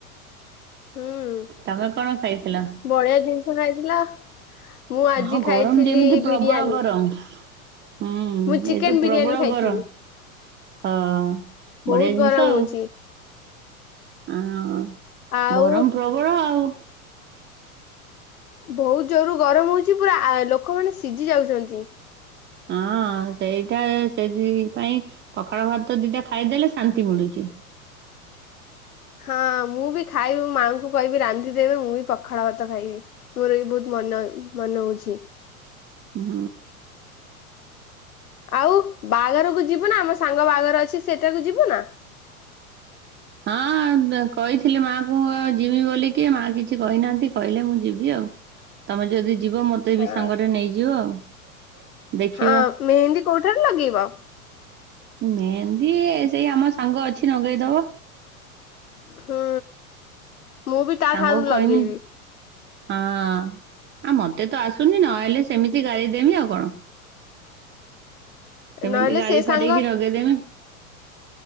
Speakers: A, on the left; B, on the right.
A: ହୁଁ
B: ତମେ କଣ ଖାଇଥିଲ?
A: ବଢିଆ ଜିନିଷ ଖାଇଥିଲ। ମୁଁ ଆଜି
B: ହଁ ଗରମ
A: ଖାଇଥିଲି
B: ଯେମିତି ପ୍ରବଳ
A: ବିରିୟାନୀ
B: ଗରମ। ହୁଁ
A: ମୁଁ ଚିକେନ
B: ଏଇତ
A: ବିରିୟାନୀ
B: ପ୍ରବଳ
A: ଖାଇଥିଲି
B: ଗରମ। ହଁ
A: ବହୁତ
B: ବଢିଆ ଜିନିଷ
A: ଗରମ
B: ଆଉ
A: ହଉଛି।
B: ଆ
A: ଆଉ
B: ଗରମ ପ୍ରବଳ ଆଉ
A: ବହୁତ ଜୋରରୁ ଗରମ ହେଉଛି ପୁରା ଲୋକମାନେ ସିଝି ଯାଉଛନ୍ତି।
B: ହଁ ସେଇଟା ସେଥିପାଇ ପଖାଳ ଭାତ ଦିଟା ଖାଇଦେଲେ ଶାନ୍ତି ମିଳୁଛି।
A: ହଁ ମୁଁ ବି ଖାଇବି ମାଆଙ୍କୁ କହିବି ରାନ୍ଧି ଦେବେ ମୁଁ ବି ପଖାଳ ଭାତ ଖାଇବି। ମୋର ବି ବହୁତ ମନ ମନେ ହଉଛି।
B: ହୁଁ।
A: ଆଉ ବାହାଘରକୁ ଯିବୁ ନା ଆମ ସାଙ୍ଗ ବାହାଘର ଅଛି ସେଇଟାକୁ ଯିବୁ ନା? ହ
B: ହଁ କହିଥିଲି ମାକୁ ଆଉ ଯିବି ବୋଲିକି ମା କିଛି କହିନାହାନ୍ତି କହିଲେ ମୁଁ ଯିବି ଆଉ ତମେ ଯଦି ଯିବ ମତେ
A: ହଁ
B: ବି ସାଙ୍ଗରେ ନେଇଯିବ ଆଉ ଦେଖିବା।
A: ହଁ ମେହେନ୍ଦୀ କୋଉଠାରେ ଲାଗେଇବ?
B: ମେହେନ୍ଦୀ ସେଇ ଆମ ସାଙ୍ଗ ଅଛି ନଗେଇଦବ।
A: ହୁଁ ମୁଁ ବି ତା
B: ସାଙ୍ଗକୁ
A: ଠାରୁ
B: କହିମି
A: ଲଗେଇବି।
B: ହଁ ଆ ମତେ ତ ଆସୁନି ନଆଇଲେ ସେମିତି ଗାରେଇ ଦେମି ଆଉ କଣ।
A: <inaudible>
B: ସେମିତି ଗାରେଇ
A: ସେ
B: ଫାରେଇକି
A: ସାଙ୍ଗ
B: ଲଗେଇଦେମି।